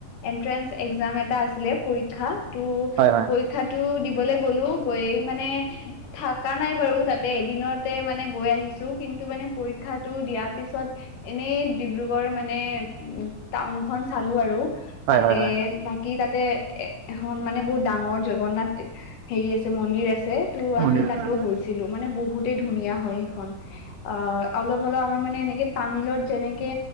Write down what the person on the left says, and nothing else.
এনট্ৰেন্স এক্জাম এটা আছিলে পৰীক্ষা তো
পৰীক্ষাটো দিবলে গ'লো গৈ মানে থকা নাই বাৰু তাতে এদিনতে মানে গৈ আহিছোঁ কিন্তু মানে পৰীক্ষাটো দিয়াৰ পিছত এনেই ডিব্ৰুগড় মানে উ টাউন খন চালো আৰু। তাতে
বাকী তাতে এ এখন মানে বহুত ডাঙৰ জগন্নাথ হেৰি আছে ম মন্দিৰ আছে ত'
আমি
তাতো গৈছিলোঁ মানে বহুতেই ধুনীয়া হয় সেইখন অ' অলপ অলপ আমাৰ মানে এনেকে তামিলত যেনেকে